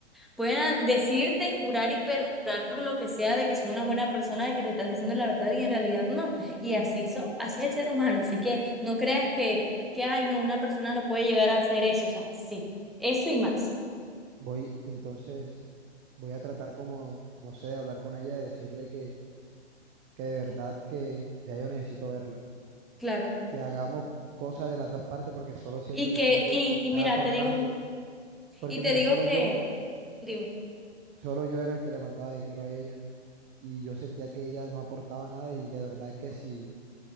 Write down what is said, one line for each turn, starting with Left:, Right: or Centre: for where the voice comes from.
Centre: puedan decirte, jurar y perjurar por lo que sea de que son una buena persona, de que te están diciendo la verdad y en realidad no. Y así son, así es el ser humano. Así que no creas que, que, ay, no, una persona no puede llegar a hacer eso. O sea, sí, eso y más,
Right: Voy, entonces, voy a tratar como, no sé, de hablar con ella, de decirle que, que de verdad que ya yo necesito verla,
Centre: claro.
Right: que hagamos cosas de las dos partes porque solo siento
Centre: Y que,
Right: que soy yo
Centre: y,
Right: el que está
Centre: y mira,
Right: aportando,
Centre: te digo,
Right: porque
Centre: y te
Right: mira,
Centre: digo
Right: solo
Centre: que,
Right: yo,
Centre: dime,
Right: solo yo era el que le mandaba dinero a ella y yo sentía que ella no aportaba nada y de verdad que sí,